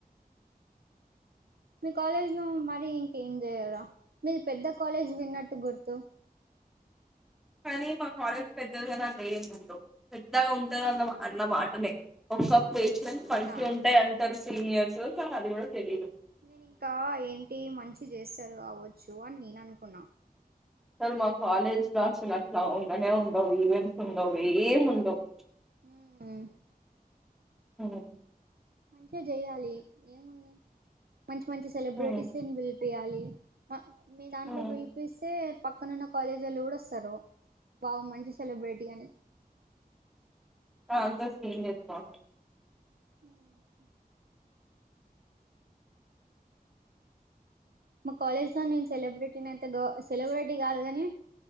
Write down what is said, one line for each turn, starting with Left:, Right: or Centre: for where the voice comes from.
Right: మీ కాలేజ్ లో మరి ఇంకేం చేయరా మీది పెద్ద కాలేజ్ విన్నట్టు గుర్తు
Centre: కానీ మా కాలేజ్ పెద్దదిగా అన్ తెలియకుండు పెద్దగా ఉంటదన్న అన్న మాటనే ఒకసారి
Right: అయ్యో
Centre: ప్లేస్మెంట్
Right: అవునా
Centre: పంచి ఉంటాయి అంటారు సీనియర్స్ కాని అది గుడా తెలిదు
Right: నేను ఇంకా ఏంటి మంచి చేస్తరు కావచ్చు అని నేన అనుకున్నా
Centre: కాని మా కాలేజ్ బ్రాంచ్ లో వాలు అట్లవాలు అనే ఉండవు ఈవెంట్స్ ఉండవు ఏం ఉండవు
Right: హుమ్
Centre: హుమ్
Right: మంచిగా జేయాలి ఏముంది మంచి మంచి సెలబ్రిటీస్నీ
Centre: ఉమ్,
Right: పి పియాలి మ మీ దాంట్లో
Centre: ఉమ్, ఉమ్.
Right: బిలిపిస్తే పక్కనున్న కాలేజోలు గుడా వస్తరు బాగ మంచి సెలబ్రేటీ అని
Centre: అన్సర్స్ కి ఎన్ చెప్పా
Right: హ్మ్ హ్మ్ మా కాలేజ్ లో నేను సెలబ్రిటీని అయితె గొ సెలబ్రిటీ కాదు గాని